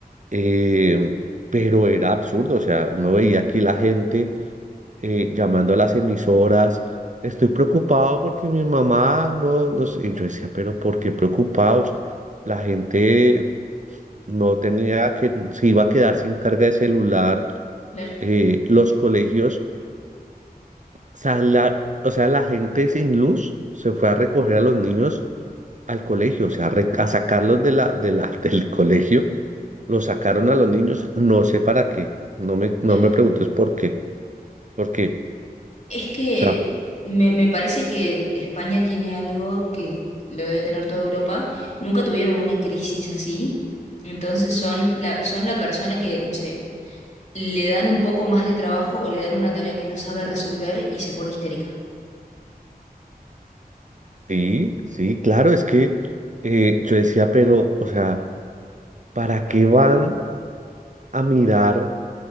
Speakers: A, on the right (about 50°); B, on the left (about 45°).
A: eh, pero era absurdo, o sea, uno veía aquí la gente eh, llamando a las emisoras. Estoy preocupado porque mi mamá no, no sé. Y yo decía, pero ¿por qué preocupados? La gente no tenía que, se iba a quedar sin carga de celular.
B: claro,
A: eh, los colegios, o sea, la, o sea, la gente sin luz se fue a recoger a los niños al colegio, o sea, re- a sacarlos de la, de la, <laughs> del colegio. Los sacaron a los niños, no sé para qué. No me, no
B: claro.
A: me preguntes por qué. Porque,
B: Es que
A: o sea,
B: me, me parece que España tiene algo que lo debe tener toda Europa. Nunca tuvieron una crisis así. Entonces son la, son la persona que, no sé, le dan un poco más de trabajo o le dan una tarea que no sabe resolver y se pone histérica.
A: Sí, sí, claro, es que eh, yo decía, pero, o sea, ¿para qué van a mirar